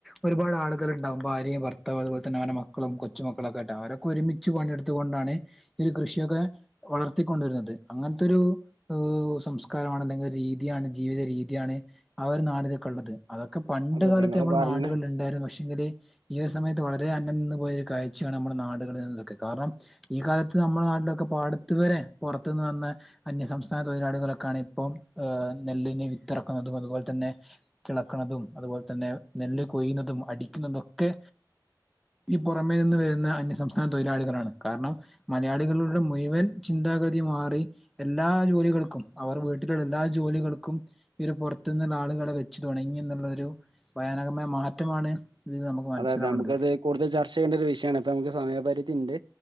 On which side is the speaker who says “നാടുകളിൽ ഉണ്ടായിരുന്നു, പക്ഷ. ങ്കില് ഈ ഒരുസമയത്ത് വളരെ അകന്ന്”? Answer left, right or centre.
Centre